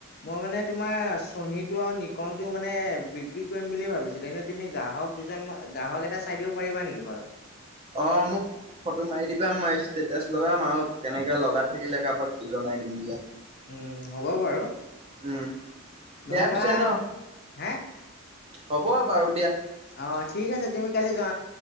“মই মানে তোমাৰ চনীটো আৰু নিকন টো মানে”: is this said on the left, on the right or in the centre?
Left